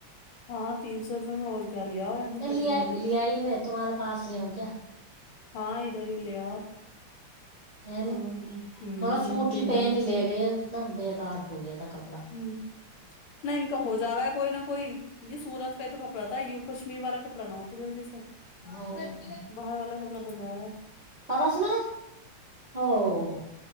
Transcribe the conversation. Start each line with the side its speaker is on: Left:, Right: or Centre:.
Left: ہاں تین سو روپئے میں اور کیا لیا ہو یہاں کٹنگ
Right: لے
Left: ہو جائے
Right: لے
Left: گی
Right: آئی میں تمہارے پاس لے آؤں کیا
Left: ہاں ادھر ہی لے اؤ
Right: ہے نہیں
Left: اور کیا ہوں
Right: مگر سوٹ
Left: یہاں پہ
Right: پہن
Left: ہو جائے گا
Right: ہی لے گئے اتنا بےکار ہو گیا تھا کپڑ
Left: ہمم نہیں ان کا ہو جاوا ہے کوئی نہ کوئی ان سورت کا ہی تو کپ پڑا تھا یو کشمیر والا کپڑا نہ ہوتا جلدی سے
Right: ہاں
Left: باہر والا کپڑا ہو جاوا ہے
Right: پارسنا ہاوں